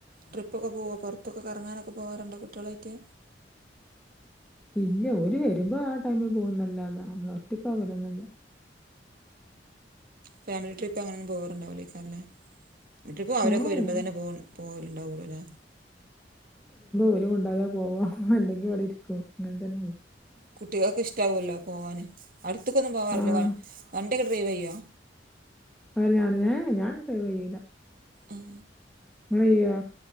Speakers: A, on the right (about 50°); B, in the centre.
A: ട്രിപ്പൊക്കെ പോുക പുറത്തക്കെ കറങ്ങാനൊക്കെ പോകറുണ്ട് കുട്ടികളായിട്ട്.
B: ഇല്ല ഒരു വരുമ്പോ ആ ടൈമ പോകുന്നല്ലാതാ നമ്മള് ഒറ്റക്കാ പോവല്ന്നില്ല
A: ഫാമിലി ട്രിപ്പ് അങ്ങനെ ഒന്നും പോകാറുണ്ടാവില്ലേക്കാറല്ലേ ട്രിപ്പ് അവരൊക്കെ
B: ഏഹ്
A: വരുമ്പോൾ തന്നെ പോ പോവലുണ്ടാവൂടൂലേ
B: ഇവര് ഉണ്ടയ പോവ അല്ലെങ്കിൽ അവിടെ ഇരിക്കും അങ്ങനെ തന്നെ ഉള്ളു.
A: കുട്ടിള്ക് ഇഷ്ട ഉല്ലോ പോവാൻ അടുത്തക്കെ ഒന്നും പോവാറില്ലേ
B: ആഹ്
A: വ വണ്ടൊക്കെ ഡ്രൈവ് ചെയ്യോ
B: അഞാ ഞ്ഞനോ ഞാൻ ഡട്രൈവ് ചെയ്യൂല്ല
A: ആഹ്
B: വയ്യാ